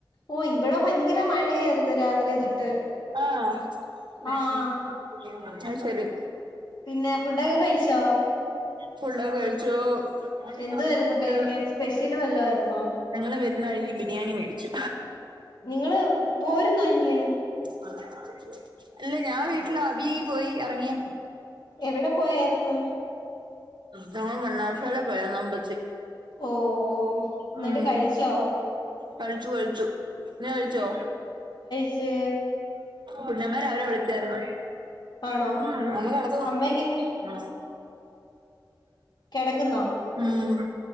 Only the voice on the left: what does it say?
ഓ ഇവിടെ ഭയങ്കര മഴയായിര്ന്നു രാവിലെ തൊട്ട്
ആഹ്
പിന്നെ ഫുഡൊക്കെ കഴിച്ചോ?
എന്തുവായിരുന്നു
കഴിക്കാൻ സ്പെഷ്യല് വല്ലോ ആയിരുന്നോ
നിങ്ങള് പോരം കഴ്ഞ്ഞ്
എവടെ പോയായിര്ന്ന്?
ഓ ഓ എന്നിട്ട്
കഴിച്ചോ
ച്ച്
ആണോ
അമ്മയ്ക്കൊക്കെ
കെടക്കുന്നോ